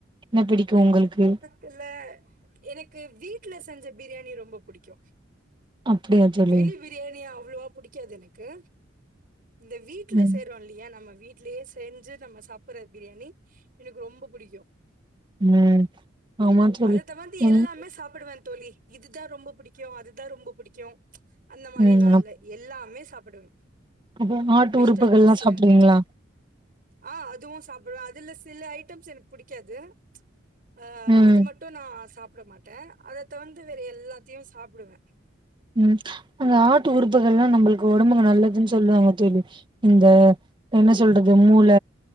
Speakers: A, on the right; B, on the right.
A: என்ன பிடிக்கு உங்கள்க்கு
B: குல்ல எனக்கு வீட்ல செஞ்ச பிரியாணி ரொம்ப புடிக்கு
A: அப்டியா தோழி
B: வெளி பிரியாணி அவ்ளோவா புடிக்காது எனக்கு இந்த வீட்ல
A: ம்
B: செய்றோ இல்லியா நம்ம வீட்லயே செஞ்சு நம்ம சாப்பட்ற பிரியாணி எனக்கு ரொம்ப புடிக்கு
A: ம் ஆமா தோழி
B: அது தவந்த்து
A: ம்
B: எல்லாமே சாப்புடுவே தோழி இதுதா ரொம்ப புடிக்கு அதுதா ரொம்ப புடிக்கு அந்த மாரில்லா
A: ம்
B: இல்ல எல்லாமே சாப்புடுவே
A: அப்போ ஆட்டு
B: வெஜிடபிள்ஸு
A: உறுப்புகள்லா சாப்டுவீங்ளா
B: ஆ அதுவு சாப்டுவே அதுல சில ஐட்டம்ஸ் எனக் புடிக்காது அ
A: ம்
B: அது மட்டு நா சாப்பிட மாட்டே அத தவந்து வேற எல்லாத்தையு சாப்புடுவே
A: ம் அந்த ஆட்டு உறுப்புகள்லா நம்மள்க்கு ஒடம்புக்கு நல்லதுன் சொல்வாங்க தோழி இந்த என்ன சொல்றது மூள